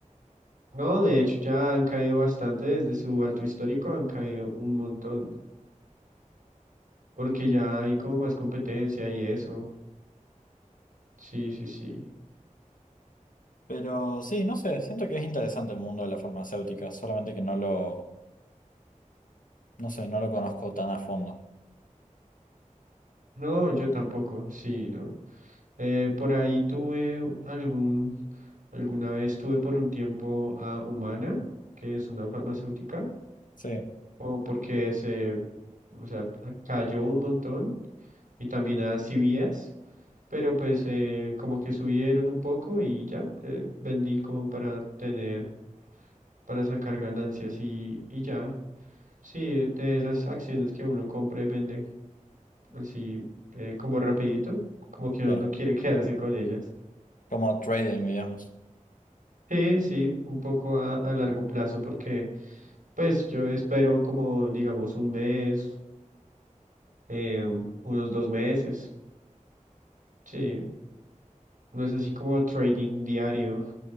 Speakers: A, on the right; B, on the left.
A: No, de hecho ya han caído bastante desde su alto histórico, han caído un montón, porque ya hay como más competencia y eso. Sí, sí, sí.
B: Pero sí, no sé, siento que es interesante el mundo de la farmacéutica, solamente que no lo, no sé, no lo conozco tan a fondo.
A: No, yo tampoco, sí, no. Eh, por ahí tuve algún, alguna vez tuve por un tiempo a Humana, que es una farmacéutica,
B: Sí,
A: o porque se, o sea, cayó un montón, y también a CVS, pero pues eh, como que subieron un poco y ya, eh, vendí como para tener, para sacar ganancias y, y ya. Sí, eh, de esas acciones que uno compra y vende así eh, como rapidito, como que uno
B: sí,
A: no quiere <laughs> quedarse con ellas.
B: como trading, digamos.
A: Sí, sí, un poco a, a largo plazo porque pues yo espero como digamos un mes, eh, unos dos meses. Sí, no es así como trading diario.